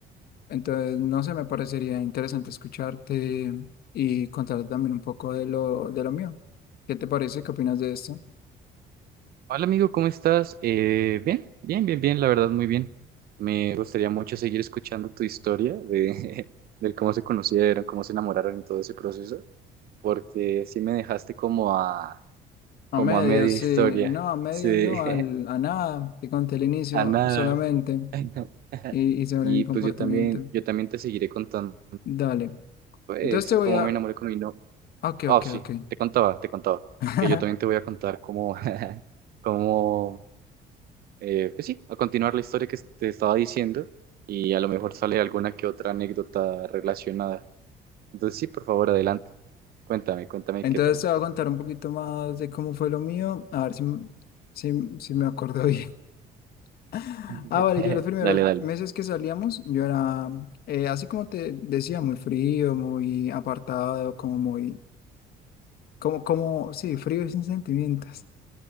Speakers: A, on the left (about 65°); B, on the right (about 65°).
A: Entonces, no sé, me parecería interesante escucharte y contarte también un poco de lo, de lo mío. ¿Qué te parece? ¿Qué opinas de esto?
B: Hola amigo, ¿cómo estás? Eh, bien, bien, bien, bien, la verdad, muy bien. Me gustaría mucho seguir escuchando tu historia de, <laughs> de cómo se conocieron, cómo se enamoraron y todo ese proceso, porque sí me dejaste como a,
A: A
B: como
A: medias,
B: a media historia,
A: sí. No, a medias
B: sí,
A: no, al,
B: <laughs>
A: a nada. Te conté el inicio
B: a nada.
A: solamente.
B: <laughs>
A: y, y sobre
B: Y
A: mi comportamiento.
B: pues yo también, yo también te seguiré contando,
A: Dale.
B: pues,
A: Entonces te
B: cómo
A: voy a...
B: me enamoré con mi novia.
A: Ok, ok,
B: Ah, sí,
A: ok.
B: te contaba, te contaba,
A: <laughs>
B: que yo también te voy a contar cómo, <laughs> cómo eh, pues sí, a continuar la historia que te estaba diciendo y a lo mejor sale alguna que otra anécdota relacionada. Entonces sí, por favor, adelante. Cuéntame, cuéntame
A: Entonces
B: qué tal.
A: te voy a contar un poquito más de cómo fue lo mío. A ver si, m- si, si me acuerdo bien. <laughs>
B: <laughs>
A: Ah, vale, yo los primeros
B: Dale, dale.
A: meses que salíamos, yo era, eh, así como te decía, muy frío, muy apartado, como muy, como, como, sí, frío y sin sentimientos.